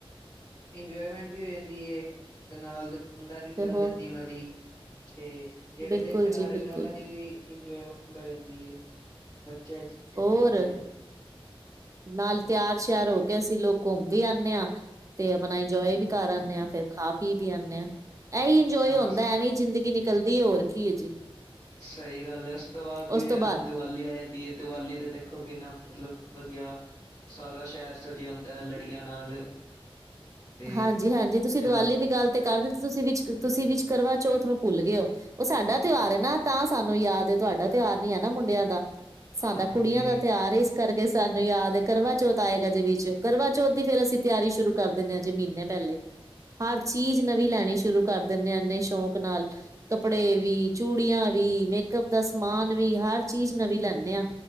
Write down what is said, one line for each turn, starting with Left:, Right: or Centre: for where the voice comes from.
Left: ਇੰਜੋਏਮੈਟ ਵੀ ਹੋ ਜਾਦੀ ਏ ਤੇ ਨਾਲ ਦ- ਦੁਕਾਨਦਾਰੀ ਵੀ
Right: ਤੇ
Left: ਚੱਲ
Right: ਹੋ
Left: ਜਾਦੀ ਉਹਨਾ ਦੀ ਤੇ ਜਿਹੜੇ
Right: ਬਿਲਕੁਲ
Left: ਦੇਖਣ
Right: ਜੀ
Left: ਆ ਰਹੇ
Right: ਬਿਲਕੁਲ
Left: ਨੇ ਉਹਨਾ ਦੀ ਵੀ ਇੰਜੋਏਮੈਟ - ਹੋ ਜਾਦੀ ਹੈ। ਬੱਚੇ ਖੁਸ਼
Right: ਔਰ
Left: ਹੋ ਜਾਦੇ ਨੇ-
Right: ਨਾਲ- ਤਿਆਰ ਸ਼ਿਆਰ ਹੋ ਕੇ ਅਸੀ ਲੋਕ ਘੁੰਮ ਵੀ ਆਉਦੇ ਹਾਂ ਤੇ ਆਪਣਾ ਇੰਜੋਏ ਵੀ ਕਰ ਆਦੇ ਹਾਂ। ਫਿਰ- ਖਾ ਪੀ ਵੀ ਆਦੇ ਹਾਂ ਇਹੀ ਇੰਜੋਏ
Left: ਹਾਂ
Right: ਹੁੰਦਾ ਐਵੇ ਹੀ ਜ਼ਿੰਦਗੀ ਨਿਕਲਦੀ ਹੈ ਹੋਰ ਕੀ ਹੈ ਜੀ।
Left: ਸਹੀ ਗੱਲ ਹੈ। ਉਸ ਤੋਂ ਬਾਅਦ ਜਿਵੇ
Right: ਉਸ ਤੋਂ
Left: ਹੁਣ
Right: ਬਾਅਦ
Left: ਦੀਵਾਲੀ ਆ ਜਾਦੀ ਏ। ਦੀਵਾਲੀ ਦੇ ਦੇਖੋ ਕਿਨਾ ਮਤਲਬ ਵਧੀਆ। ਸਾਰਾ ਸ਼ਹਿਰ ਸਜਿਆ ਹੁੰਦਾ ਹੈ ਲੜੀਆਂ ਨਾਲ- ਤੇ
Right: ਹਾਂਜੀ- ਹਾਂਜੀ ਤੁਸੀ
Left: ਜਦੋਂ
Right: ਦੀਵਾਲੀ ਦੀ ਗੱਲ ਤੇ ਕਰ ਦਿੱਤੀ ਤੁਸੀ ਵਿਚ ਤੁਸੀ ਵਿਚ ਕਰਵਾਚੋਥ ਨੂੰ ਭੁੱਲ ਗਏ ਹੋ। ਉਹ ਸਾਡਾ ਤਿਉਹਾਰ ਨਾ ਤਾਂ ਸਾਨੂੰ ਯਾਦ ਤੁਹਾਡਾ ਤਿਉਹਾਰ ਨੀ ਹੈ। ਨਾ ਮੁੰਡਿਆਂ ਦਾ- ਸਾਡਾ
Left: ਹਾਂਜੀ
Right: ਕੁੜੀਆਂ ਦਾ ਤਿਉਹਾਰ- ਕਰਕੇ ਸਾਨੂੰ ਯਾਦ ਹੈ ਕਰਵਾ ਚੌਥ ਆਏਗਾ ਅਜੇ ਵਿਚ ਕਰਵਾਂਚੌਥ ਦੀ ਫੇਰ ਅਸੀ ਤਿਆਰੀ ਸ਼ੁਰੂ ਕਰ- ਦਿੰਦੇ ਹਾਂ ਜੇ ਮਹੀਨੇ ਪਹਿਲੇ, ਹਰ ਚੀਜ਼ ਨਵੀ ਲੈਣੀ ਸ਼ੁਰੂ ਕਰ ਦਿੰਦੇ ਆ। ਇੰਨੇ ਸ਼ੌਕ ਨਾਲ- ਕੱਪੜੇ ਵੀ, ਚੂੜੀਆਂ ਵੀ, ਮੇਕਅਪ ਦਾ ਸਮਾਨ ਵੀ, ਹਰ ਚੀਜ ਨਵੀ ਲੈਂਦੇ ਆ।